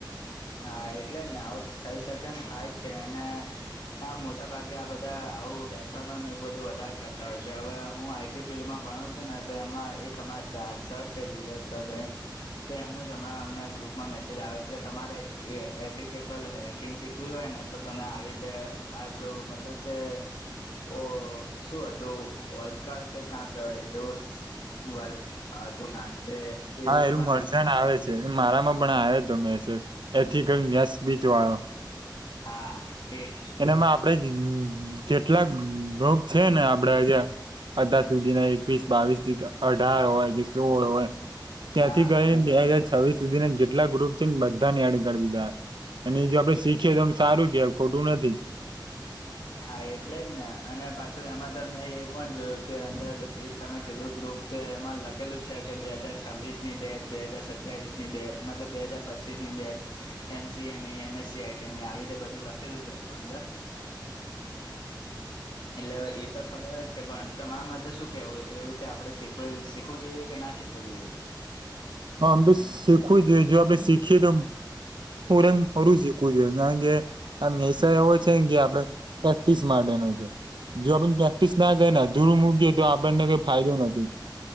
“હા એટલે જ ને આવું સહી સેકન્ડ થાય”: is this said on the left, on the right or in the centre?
Left